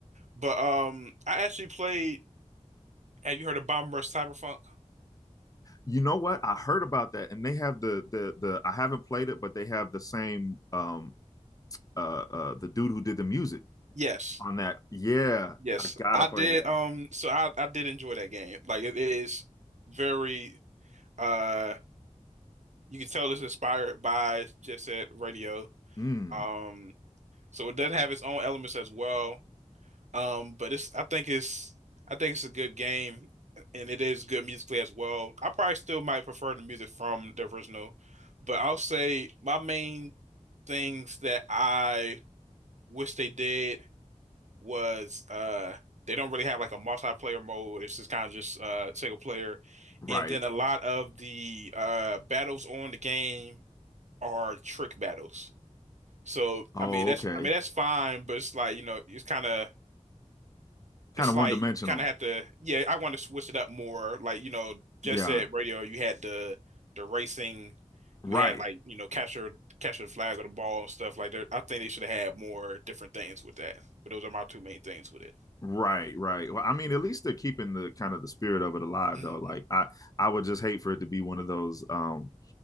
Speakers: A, on the right; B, on the left.
A: but um, I actually played. Have you heard of Bomber Cyberpunk?
B: You know what? I heard about that, and they have the the the. I haven't played it, but they have the same um uh uh the dude who did the music
A: Yes.
B: on that. Yeah,
A: Yes,
B: I gotta
A: I
B: play
A: did.
B: that.
A: Um, so I I did enjoy that game. Like it is very uh, you can tell it's inspired by Jet Set Radio.
B: Mm,
A: Um, so it does have its own elements as well. Um, but it's I think it's I think it's a good game, and it is good musically as well. I probably still might prefer the music from the original, but I'll say my main things that I wish they did. was uh they don't really have like a multiplayer mode. It's just kind of just uh single player.
B: right.
A: And then a lot of the uh battles on the game are trick battles. So
B: Oh,
A: I mean that's
B: okay.
A: I mean that's fine, but it's like, you know, it's kinda
B: Kind
A: it's
B: of
A: like
B: one dimensional.
A: you kinda have to yeah, I want to switch it up more. Like, you know, Jet
B: Yeah.
A: Set Radio, you had the the racing, you
B: Right.
A: had like, you know, capture capture the flag or the ball and stuff like that. I think they should have had more different things with that. But those are my two main things with it.
B: Right, right. Well,
A: Mhm.
B: I mean, at least they're keeping the kind of the spirit of it alive,
A: Mhm.
B: though. Like, I, I would just hate for it to be one of those, um,